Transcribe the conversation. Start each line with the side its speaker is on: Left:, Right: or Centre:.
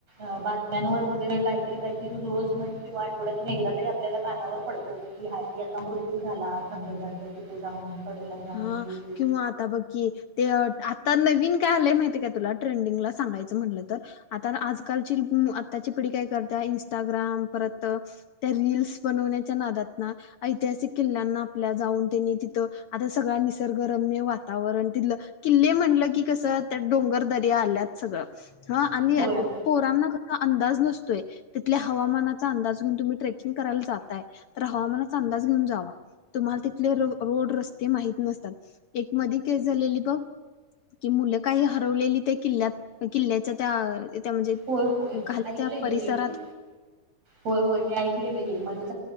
Right: अ बातम्यांवर वगैरे काहीतरी काहीतरी रोज म्हणजे किंवा आठवड्यातून एकदा तरी आपल्याला कानावर पडतं कि याचा मृत्यू झाला धबधब्याच्या तिथे जाऊन कडेला जाऊन
Left: हा,
Right: हे ते
Left: किंवा आता बघ की ते आता नवीन काय आलंय माहितीय काय तुला ट्रेंडिंगला सांगायचं म्हटलं, तर आता आजकालची आताची पिढी काय करत्या इंस्टाग्राम, परत त्या रील्स बनवण्याच्या नादात ना ऐतिहासिक किल्ल्यांना आपल्या जाऊन तेनी तिथं आता सगळ निसर्गरम्य वातावरण तिथलं किल्ले म्हणलं कि कसं त्या डोंगर दय्रा आल्यात सगळं ह आणि
Right: होय
Left: अ पोरांना अ अंदाज नसतोय तिथल्या हवामानाचा अंदाज घेऊन तुम्ही ट्रेकिंग करायला जातायं, तर हवामानाचा अंदाज घेऊन जावा तुम्हाला तिथले रोड, रस्ते ते माहित नसतात, एक मध्ये केस झालेली बघं की, मुलं काही हरवलेली त्या किल्ल्यात किल्ल्याच्या त्या त्या म्हणजे
Right: होय होय
Left: खाली
Right: ऐकलंय
Left: त्या परिसरात
Right: मी हे होय होय मी ऐकलेलं हे मधे